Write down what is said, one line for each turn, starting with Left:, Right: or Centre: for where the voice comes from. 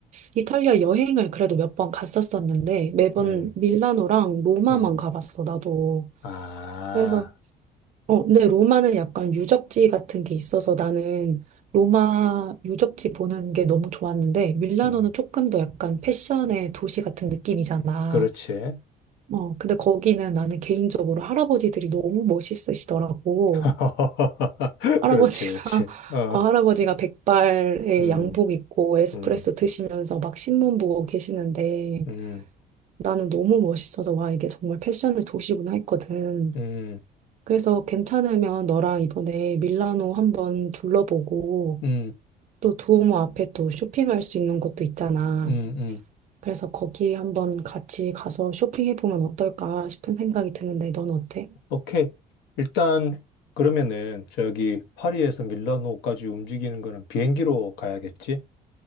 Right: 이탈리아 여행을 그래도 몇 번 갔었었는데 매번
Left: 음,
Right: 밀라노랑 로마만
Left: 음,
Right: 가봤어. 나도.
Left: 아,
Right: 그래서 어, 근데 로마는 약간 유적지 같은 게 있어서 나는 로마 유적지 보는 게 너무 좋았는데 밀라노는
Left: 음,
Right: 조금 더 약간 패션의 도시 같은 느낌이잖아.
Left: 그렇지.
Right: 어, 근데 거기는 나는 개인적으로 할아버지들이 너무 멋있으시더라고.
Left: <laughs>
Right: 할아버지가
Left: 그렇지, 그렇지.
Right: <laughs>
Left: 어,
Right: 어, 할아버지가 백발에
Left: 음,
Right: 양복 입고 에스프레소
Left: 음,
Right: 드시면서 막 신문 보고 계시는데
Left: 음,
Right: 나는 너무 멋있어서 와 이게 정말 패션의 도시구나 했거든.
Left: 음.
Right: 그래서 괜찮으면 너랑 이번에 밀라노 한번 둘러보고
Left: 음.
Right: 또 두오모 앞에 또 쇼핑할 수 있는 곳도 있잖아.
Left: 음, 음.
Right: 그래서 거기 한번 같이 가서 쇼핑해보면 어떨까 싶은 생각이 드는데 넌 어때?
Left: 오케이. 일단, 그러면은, 저기, 파리에서 밀라노까지 움직이는 거는 비행기로 가야겠지?